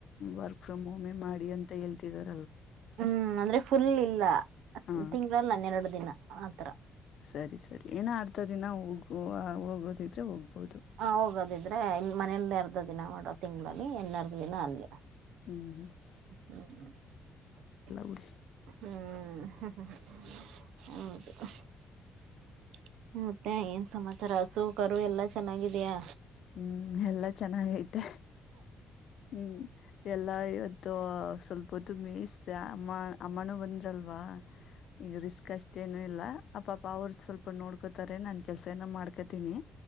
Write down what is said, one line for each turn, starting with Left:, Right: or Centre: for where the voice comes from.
Left: ವರ್ಕ್ ಫ್ರಮ್ ಹೋಮ ಮಾಡಿ ಅಂತ ಹೇಳ್ತಿದ್ದಾರೆ.
Right: ಹ್ಮ್ ಅಂದ್ರೆ ಫುಲ್ ಇ- ಇಲ್ಲ.
Left: ಹಾ
Right: ತಿಂಗಳಲ್ಲನ್ನೆರಡು. ದಿನ. ಆತರ
Left: ಸರಿ ಸರಿ ಏನ ಆರ್ತದ ನಾ ಹುವ. ಗೊತ್ತಿದ್ರೆ ಹೋಗ. ಹೋಗ್ಬೋದು
Right: ಹಾ ಹೋಗೋದಿದ್ರೆ ಇ ಮನೆಯಲ್ಲೇ ಅರ್ಧ ದಿನ ನೋಡ. ತಿಂಗಳಲ್ಲಿ ಎನ್ನೆರಡು ದಿನ ಅಲ್ಲಿ.
Left: ಹ್ಮ ಹ.
Right: ಹ್ಮ್
Left: ಬಿಡಿ
Right: ಹ್ಮ್. ಮತ್ತೆ ಏನ್ ಸಮಾಚಾರ ಹಸು ಕರು ಎಲ್ಲಾ ಚೆನ್ನಾಗಿದೆಯಾ.
Left: ಹ್ಮ್ ಎಲ್ಲಾ ಚೆನ್ನಾಗೈತೆ ಹ್ಮ್ ಎಲ್ಲಾ ಇವತ್ತು ಸ್ವಲ್ಪ- ಪದು ಮೇಯಸ್ ಅಮ್ಮ ಅಮ್ಮಾನು ಬಂದರಲ್ವಾ. ಈಗ ರಿಸ್ಕ್ ಅಷ್ಟೇನು ಇಲ್ಲ. ಅಪಾಪಾ ಅವ್ರ ಸ್ವಲ್ಪ ನೋಡ್ಕೋತಾರೆ ನನ್ ಕೆಲ್ಸ ನಾನ್ ಮಾಡ್ಕೊತೀನಿ.